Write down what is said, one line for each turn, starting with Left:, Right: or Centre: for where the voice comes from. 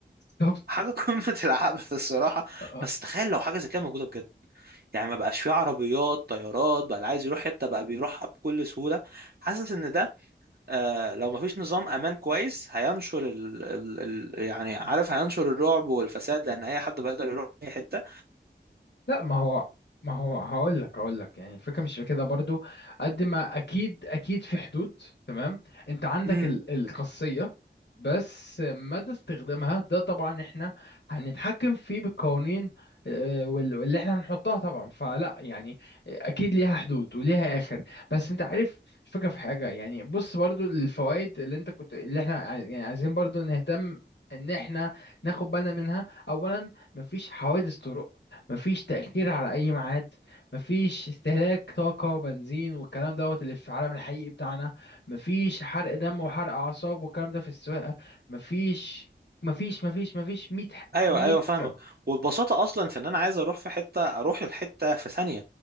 Left: بالظبط
Right: حاجه قمه <laughs> العبث الصراحه
Left: <laughs> اه
Right: بس تخيل لو حاجه زي كده موجوده بجد يعني ما بقاش فيه عربيات طيارات بقى اللي عايز يروح حته بقى بيروحها بكل سهوله حاسس ان ده آه لو ما فيش نظام امان كويس هينشر ال ال ال يعني عارف هينشر الرعب والفساد لان اي حد بقى يقدر يروح اي حته
Left: لا ما هو ما هو هقول لك هقول لك يعني الفكره مش في كده برضو قد ما اكيد اكيد في حدود تمام انت عندك
Right: امم.
Left: ال- الخاصيه بس مدى استخدامها ده طبعا احنا هنتحكم فيه بالقوانين آه، وال- واللي احنا هنحطها طبعا فلا يعني اكيد ليها حدود وليها اخر بس انت عارف الفكره في حاجه يعني بص برضو الفوائد اللي انت كنت اللي احنا عاي- يعني عايزين برضو نهتم ان احنا ناخد بالنا منها اولا مفيش حوادث طرق مفيش تأخير على أي ميعاد مفيش استهلاك طاقة وبنزين والكلام دوت اللي في العالم الحقيقي بتاعنا مفيش حرق دم وحرق أعصاب والكلام ده في السواقة مفيش مفيش مفيش مفيش مية ح-
Right: ايوه
Left: مية
Right: ايوه فاهمك
Left: سبب
Right: والبساطه اصلا في ان انا عايز اروح في حته اروح الحته في ثانيه